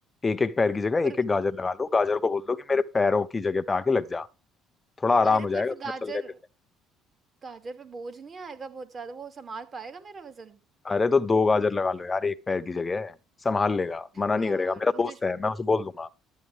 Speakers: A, on the left; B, on the right.
A: एक एक पैर की जगह
B: पर
A: एक एक गाजर लगा लो गाजर को बोल दो कि मेरे पैरों की जगह पे आके लग जा थोड़ा आराम
B: अरे
A: हो जाएगा
B: पर फिर
A: तुम्हें
B: गाजर
A: चलने फिरने
B: गाजर पे बोझ नहीं आएगा बहुत ज्यादा वो संभाल पाएगा मेरा वजन
A: में। अरे तो दो गाजर लगा लो यार एक पैर की जगह संभाल लेगा मना
B: यार
A: नहीं करेगा मेरा
B: मुझे
A: दोस्त है मैं उसे बोल दूंगा